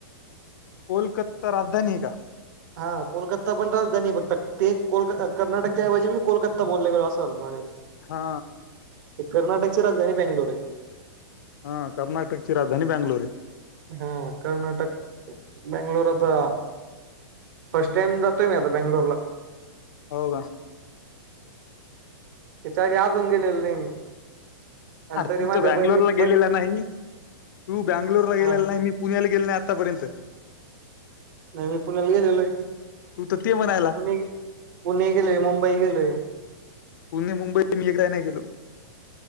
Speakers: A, on the left; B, on the right.
A: कोलकता राजधानीये का?
B: हा कोलकत्ता पण राजधानीये फक्त ते कोलक कर्नाटकच्याऐवजी मी कोलकता बोलले गेलो असं झालत माझ्याकुन.
A: हा.
B: कर्नाटकचे राजधानी बॅंगलूरे.
A: हा कर्नाटकची राजधानी बॅंगलूरे.
B: हा कर्नाटक बॅंगलूर आता फर्स्ट टाइम जातोय मी आता बॅंगलोर ला.
A: हो का?
B: याच्या आधी अजून गेलेलं नाही मी. आणि
A: अर
B: तरी
A: तू
B: माझ्या
A: तर बँंगलोरला
B: बहिणी
A: गेलेला
B: बही
A: नाही. तू बँंगलोरला
B: हा
A: गेलेला नाही मी पुण्याला गेलो नाही आत्तापर्यंत.
B: नाही मी पुण्याला गेलेलोय.
A: तू तर ते म्हणायला
B: पुणे पुणे गेलोय मुंबई गेलोय.
A: पुणे मुंबई मी एकदाही नाही गेलो.